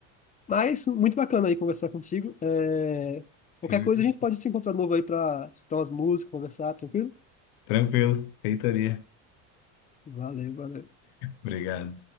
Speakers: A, on the left; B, on the left.
A: Mas muito bacana aí conversar contigo. É, Qualquer
B: Eu-
A: coisa a gente pode se encontrar de novo aí para escutar umas músicas, conversar, tranquilo?
B: Tranquilo, feitoria.
A: Valeu, valeu.
B: Obrigado.